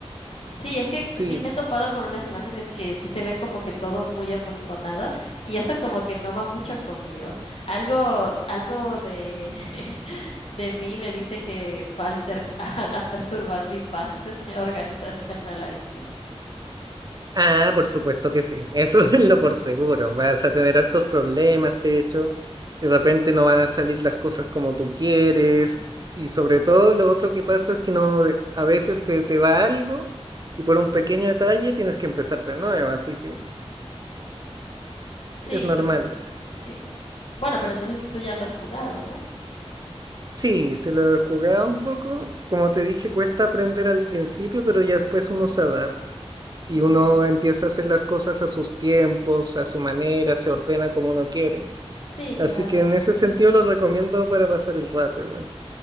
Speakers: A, on the left; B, on the right.
A: Sí, es que
B: Sí.
A: sí me he topado con unas imágenes que sí se ve como que todo muy amontonado y eso como que no va mucho conmigo. Algo, algo de, <laughs> de mí me dice que va a, alter- <laughs> a- a perturbar mi paz <laughs> organizacional ahí.
B: Ah, por supuesto que sí, eso <laughs> es lo por seguro. Vas a tener altos problemas, de hecho, de repente no van a salir las cosas como tú quieres y sobre todo lo otro que pasa es que no, de- a veces te, te va algo y por un pequeño detalle tienes que empezar de nuevo, así que
A: Sí,
B: es normal,
A: claro,
B: de hecho.
A: sí. Bueno, pero entonces tú ya lo has jugado, ¿no?
B: Sí, se lo he jugado un poco, como te dije, cuesta aprender al principio, pero ya después uno se adapta. Y
A: Mm,
B: uno empieza a hacer las cosas a sus tiempos, a su manera, se ordena como uno quiere.
A: sí,
B: Así
A: claro.
B: que en ese sentido los recomiendo para pasar el rato igual.